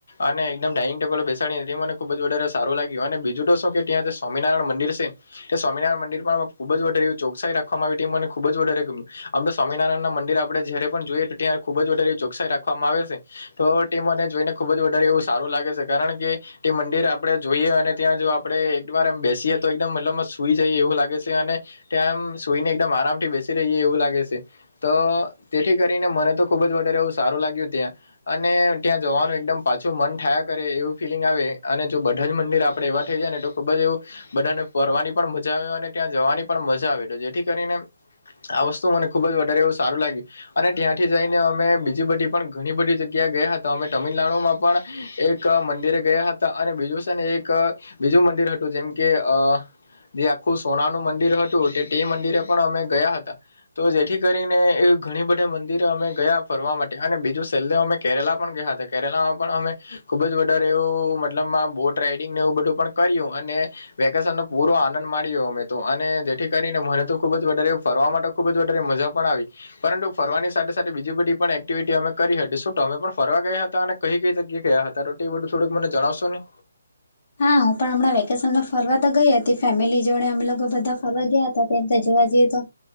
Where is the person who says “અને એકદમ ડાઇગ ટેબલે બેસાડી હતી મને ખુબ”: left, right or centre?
Left